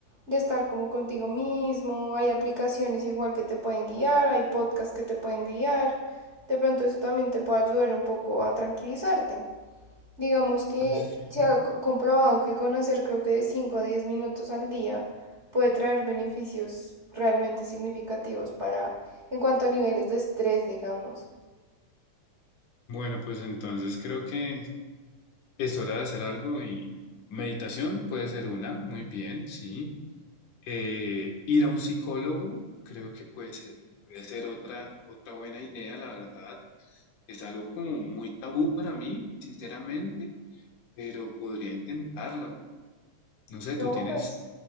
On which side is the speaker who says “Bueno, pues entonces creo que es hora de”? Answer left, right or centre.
Left